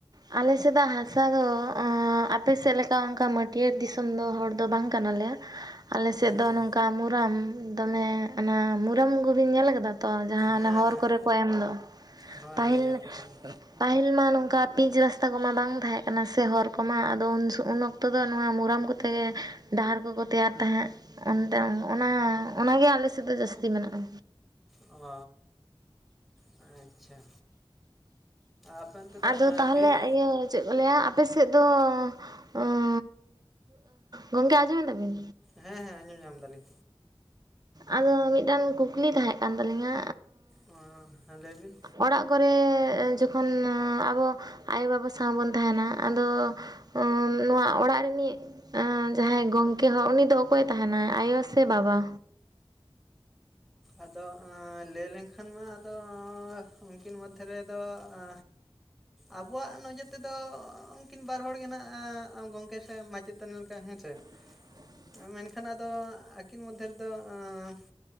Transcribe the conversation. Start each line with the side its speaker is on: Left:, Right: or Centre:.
Right: ᱟᱞᱮ ᱥᱮᱫᱟᱜ ᱦᱟᱥᱟ ᱫᱚ ᱚᱸ ᱟᱯᱮ ᱥᱮᱫ ᱞᱮᱠᱟ ᱚᱱᱠᱟ ᱢᱟᱹᱴᱭᱟᱹᱲ ᱫᱤᱥᱚᱢ ᱫᱚ ᱦᱚᱲ ᱫᱚ ᱵᱟᱝ ᱠᱟᱱᱟᱞᱮ᱾ ᱟᱞᱮᱥᱮᱫ
Centre: ᱟᱪᱪᱷᱟ
Right: ᱫᱚ ᱱᱚᱝᱠᱟ ᱢᱩᱨᱟᱢ ᱫᱚᱢᱮ᱾ ᱚᱱᱟ ᱢᱩᱨᱟᱢ ᱠᱚᱵᱤᱱ ᱧᱮᱞ ᱟᱠᱟᱫᱟ ᱛᱚ ᱡᱟᱦᱟᱸ
Centre: ᱦᱮᱸ
Right: ᱚᱱᱟ ᱦᱚᱨ
Centre: ᱦᱮᱸ
Right: ᱠᱚᱨᱮ ᱠᱚ ᱮᱢ ᱫᱚ?
Centre: ᱦᱳᱭ
Right: ᱯᱟᱹᱦᱤᱞ
Centre: ᱦᱳᱭ ᱧᱮᱞ ᱠᱟᱫᱟᱞᱤᱧ
Right: ᱯᱟᱹᱦᱤᱞ ᱢᱟ ᱱᱚᱝᱠᱟ ᱯᱤᱪ ᱨᱟᱥᱛᱟ ᱠᱚᱢᱟ ᱵᱟᱝ ᱛᱟᱦᱮᱸ ᱠᱟᱱᱟ ᱥᱮ ᱦᱚᱨ ᱠᱚᱢᱟ ᱟᱫᱚ ᱩᱱ ᱚᱠᱛᱚ ᱫᱚ ᱱᱚᱣᱟ ᱢᱩᱨᱟᱢ ᱠᱚᱛᱮ ᱜᱮ ᱰᱟᱦᱟᱨ ᱠᱚᱠᱚ ᱛᱮᱭᱟᱨ ᱛᱟᱦᱮᱸᱫ ᱚᱱᱛᱮ ᱚᱱᱟ ᱚᱱᱟᱜᱮ ᱟᱞᱮ ᱥᱮᱫ ᱫᱚ ᱡᱟᱹᱥᱛᱤ ᱢᱮᱱᱟᱜᱼᱟ᱾
Centre: ᱚᱻ ᱟᱪᱪᱷᱟ᱾ ᱟᱯᱮ ᱚᱱᱛᱮ ᱫᱚ
Right: ᱟᱫᱚ ᱛᱟᱦᱚᱞᱮ
Centre: ᱵᱤᱨ
Right: ᱤᱭᱟᱹ ᱪᱮᱫ ᱠᱚ ᱞᱟᱹᱭᱟ ᱟᱯᱮ ᱥᱮᱫ ᱫᱚ ᱩᱸᱻ ᱜᱚᱝᱠᱮ ᱟᱸᱡᱚᱢᱮᱫᱟᱵᱤᱱ?
Centre: ᱦᱮᱸ ᱦᱮᱸ ᱟᱸᱡᱚᱢ ᱧᱟᱢ ᱫᱟᱞᱤᱧ᱾
Right: ᱟᱫᱚ ᱢᱤᱫᱴᱟᱱ ᱠᱩᱠᱞᱤ ᱛᱟᱦᱮᱸᱜ ᱠᱟᱱ ᱛᱟᱞᱤᱝᱟ᱾
Centre: ᱚ ᱦᱮᱸ ᱞᱟᱹᱭ ᱵᱤᱱ᱾
Right: ᱚᱲᱟᱜ ᱠᱚᱨᱮ ᱡᱚᱠᱷᱚᱱ ᱟᱵᱚ ᱟᱭᱳ ᱵᱟᱵᱟ ᱥᱟᱶ ᱵᱚᱱ ᱛᱟᱦᱮᱱᱟ, ᱟᱫᱚ ᱚᱸ ᱱᱚᱣᱟ ᱚᱲᱟᱜ ᱨᱤᱱᱤᱡ ᱮᱸ ᱡᱟᱦᱟᱸᱭ ᱜᱚᱢᱴᱝᱠᱮ ᱦᱚᱲ ᱩᱱᱤ ᱫᱚ ᱚᱠᱚᱭ ᱛᱟᱦᱮᱱᱟᱭ ᱟᱭᱳ ᱥᱮ ᱵᱟᱵᱟ?
Centre: ᱟᱫᱚ ᱟᱸ ᱞᱟᱹᱭ ᱞᱮᱱᱠᱷᱟᱱ ᱢᱟ ᱟᱫᱚ, ᱩᱱᱠᱤᱱ ᱢᱚᱫᱽᱫᱷᱮ ᱨᱮᱫᱚ ᱟ ᱟᱵᱚᱣᱟᱜ ᱱᱚᱡᱚᱨ ᱛᱮᱫᱚ ᱩᱱᱠᱤᱱ ᱵᱟᱨ ᱦᱚᱲ ᱜᱮ ᱱᱟᱜ ᱜᱚᱝᱠᱮ ᱥᱮ ᱢᱟᱪ ᱪᱮᱛᱟᱱ ᱞᱮᱠᱟ ᱦᱮᱸ ᱥᱮ,
Right: <inaudible>
Centre: ᱮᱸ ᱢᱮᱱᱠᱷᱟᱱ ᱟᱫᱚ ᱟᱹᱠᱤᱱ ᱢᱚᱫᱽᱫᱷᱮ ᱨᱮᱫᱚ ᱮᱸ